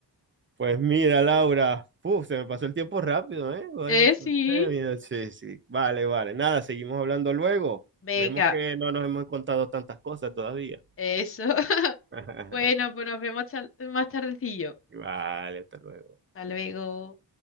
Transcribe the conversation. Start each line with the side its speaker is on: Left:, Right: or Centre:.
Right: Pues mira, Laura, uf, se me pasó el tiempo rápido, ¿eh? Vaya-
Left: Eh,
Right: eh,
Left: sí.
Right: mira, sí, sí, vale, vale. Nada, seguimos hablando luego.
Left: Venga,
Right: Vemos que no nos hemos contado tantas cosas todavía.
Left: eso. <laughs>
Right: <laughs>
Left: Bueno, pues nos vemos tal- más tardecillo.
Right: Vale, hasta luego.
Left: Hasta luego.